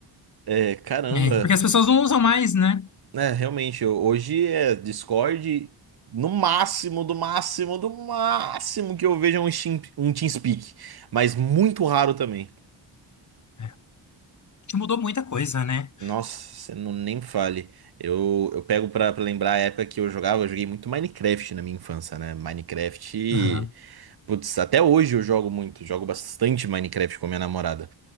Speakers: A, on the right; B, on the left.
A: É, caramba.
B: é, porque as pessoas não usam mais, né?
A: É, realmente, eu- hoje é Discord. No máximo, do máximo, do máximo que eu vejo é um, Steam- um TeamSpeak. Mas muito raro também.
B: É, que mudou muita coisa, né?
A: Nossa, você não nem fale. Eu, eu pego pra, pra lembrar a época que eu jogava, eu joguei muito Minecraft na minha infância, né? Minecraft,
B: Aham.
A: putz, até hoje eu jogo muito, jogo bastante Minecraft com a minha namorada.